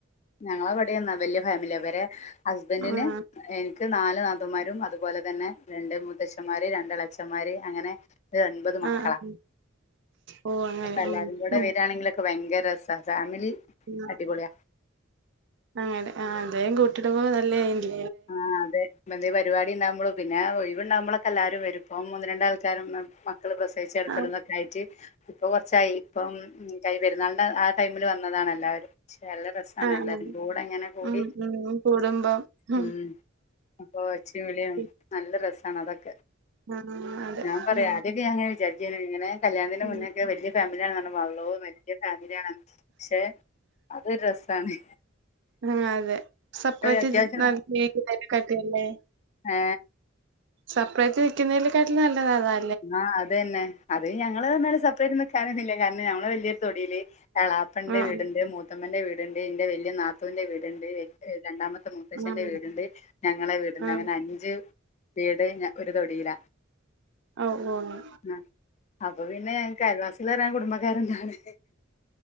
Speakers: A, on the left; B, on the right.
A: ഞങ്ങളെവിടെന്നാ വലൃയ ഫാമിലിയ വരെ ഹസ്ബൻ്റിന്
B: ആഹ്
A: എ ക്ക് നാല് നതൂന്മാരും അതുപോലെ തന്നെ രണ്ട് മുത്തച്ഛന്മാര് രണ്ട് എളച്ചന്മാര് അങ്ങനെ ര് ഒൻപത് മക്കളാ
B: ആഹ് ആഹ് ഓ അങ്ങനെ
A: എല്ലാരും
B: ഉം
A: കൂടെ
B: ഉം
A: വരാണെങ്കിലൊക് ഭയങ്കരസ ഫാമിലി
B: ഉം
A: അടിപൊളിയ
B: അങ്ങനെ ആ അദ്ഹം കൂട്ടിടുമ്പോ നല്ലേയങ്കി
A: ആ അതെ ത്നേപരിപാടി ണ്ടാവുമ്പളൊതിൻ പിന്നെ ഒഴിവുണ്ടാമ്പളൊക്കെ എല്ലാരും വരുംപ്പൊ മൂന്ന് രണ്ട് ആൾക്കാരും മേ മക്കള് പ്രസവിച്ചടുക്കലുംതൊക്കേയിട്ട്
B: ആഹ്
A: ഇപ്പൊ കൊറച്ചായി ഇപ്പം കൈ പെരുന്നാളിൻ്റെ ആ ടൈമില് വന്നതാണ് എല്ലാവരും ക്ഷെല് രസാണ്
B: ആഹ്
A: എല്ലാരുകൂടെ ങ്ങനെ കൂടി
B: ഉം ഉം കൂടുമ്പം ഉം
A: മ് അപ്പൊ ഒച്ചിംവിളിയിംനല്ല
B: ഉം
A: രസാണ് അതൊക്കെ
B: ആഹ് അതെ
A: ഞാപറയാ
B: ഉം
A: ആദ്യൊക്കെ ഞൻ വിജാര് ജനിങ്ങനെ കല്യാണത്തിന്
B: ഉം
A: മുന്നേക്കെ വലൃയ ഫാമിലിയാണെന്ന്റഞപ്പൊ അള്ളോ വല്ലൃഫാമിലിയാണോ ക്ഷെ അതൊരു രസമാണ്
B: ആ അതെ സപ്രേറ്റ്
A: അത്യാവശ്യം
B: നല്ലീ <unintelligible> കട്ടിയല്ലേ
A: ഏ
B: സപ്പറേറ്റ് വെക്കുന്നതിലേക്കാട്ടിലും നല്ലതാതാ
A: ആ അതന്നെ അതെ ഞങ്ങള്ന്നറിഞാൽ സപ്പ്റേറ്റ് നിക്കാനൊന്നില്ല കാരണം ഞങ്ങള് വല്യൊരു തൊടീല് എളാപ്പന്റെ
B: ആഹ്
A: വീട്ണ്ട് മൂത്തമ്മന്റെ വീട്ണ്ട് ന്റെ വലൃനാത്തൂന്റെ വീട്ണ്ട് രണ്ടാമത്തെ മുത്തചന്റെ
B: ആഹ്
A: വീട്ണ്ട് ഞങ്ങളെ വീട്ണ്ട്
B: ആഹ്
A: അങ്ങനെ അഞ്ച് വീട് ഞ ഒരു തൊടീലാ
B: ഓഹ് ഓഹ്
A: ആഹ് അപ്പൊ പിന്നെ ഞൻങ്ങ്ക് അയൽവാസികള് വരാൻ കുടുംബക്കാരെന്നാണ്